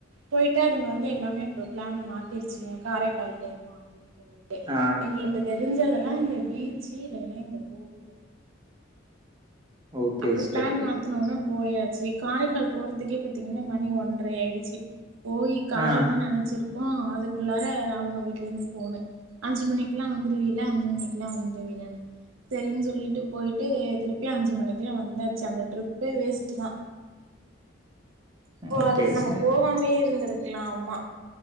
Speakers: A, on the right; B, on the right.
A: போயிட்டு அதுங்க வந்து எல்லாமே இப்ப பிளான மாத்திருச்சுங்க காரைக்கால் போனுமா அப்டின்னு சொல்லிட் டு
B: ஆ
A: எங்களுக்கு தெரிஞ்சதெல்லா இந்த பீச்சு இல்லைன்னா இந்த கோவில்லு
B: ஓகே
A: அப்புறோ
B: சிஸ்டர்
A: பிளான்
B: ஓகே
A: மாத்தனோன போயாச்சு காரைக்கால் போறதுக்கே பாத்தீங்கன்னா மணி ஒன்றை ஆயிடுச்சு போய் கால
B: ஆ
A: தா நனைச்சிருக்கோ அதுக்குள்ளார அவுங்க வீட்ல இருந்து ஃபோனு அஞ்சு மணிக்குல்லா வந்துரு வீல அஞ்சு மணிக்கக்குல்லா வந்து வீலன்னு சரின்னு சொல்லிட்டு போயிட்டு திருப்பி அஞ்சு மணிக்கக்குல வந்தாச்சு அந்த ட்ரிப்பே வேஸ்ட் டு தா இப்போ
B: ஓகே
A: அதுக்கு நம்ம
B: சிஸ்டர்
A: போவாமே இருந்திருக்கலா ஆமா